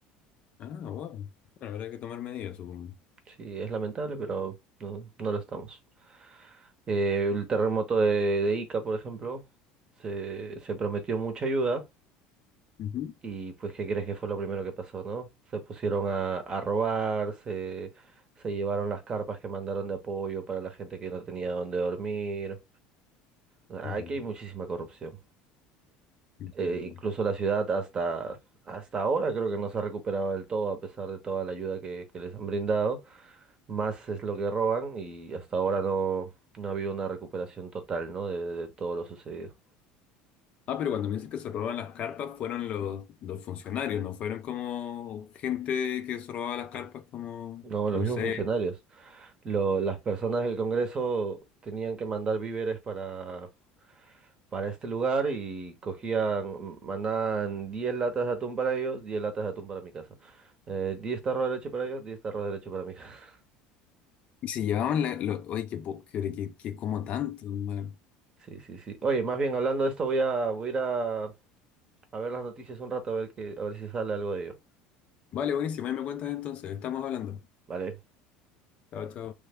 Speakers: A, on the left; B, on the right.
A: Ah, wow. Bueno, habrá que tomar medidas, supongo.
B: Sí, es lamentable, pero no, no lo estamos. Eh, el terremoto de, de Ica, por ejemplo, se, se prometió mucha ayuda,
A: Ujú.
B: Y pues, ¿qué crees que fue lo primero que pasó, no? Se pusieron a, a robar, se, se llevaron las carpas que mandaron de apoyo para la gente que no tenía dónde dormir. O sea,
A: Ujú,
B: Aquí hay muchísima corrupción.
A: Entiendo.
B: Eh, incluso la ciudad hasta, hasta ahora creo que no se ha recuperado del todo a pesar de toda la ayuda que, que les han brindado. Más es lo que roban y hasta ahora no, no ha habido una recuperación total, ¿no? de de todo lo sucedido.
A: Ah, pero cuando me dices que se robaban las carpas, fueron los, los funcionarios, no fueron como gente que se robaba las carpas, como,
B: No, los
A: no
B: mismos
A: sé.
B: funcionarios. Lo- las personas del Congreso tenían que mandar víveres para para este lugar y cogían, mandaban 10 latas de atún para ellos, 10 latas de atún para mi casa. Eh, 10 tarros de leche para ellos, diez tarros de leche para mi casa. <laughs>
A: Y se llevaban la, lo- oye, qué, po- qué, qué, qué como tanto, hermano.
B: Sí, sí, sí. Oye, más bien hablando de esto, voy a, voy a ir a, a ver las noticias un rato, a ver que, a ver si sale algo de ello.
A: Vale, buenísimo, ahí me cuentas entonces, estamos hablando.
B: Vale.
A: Chao, chao.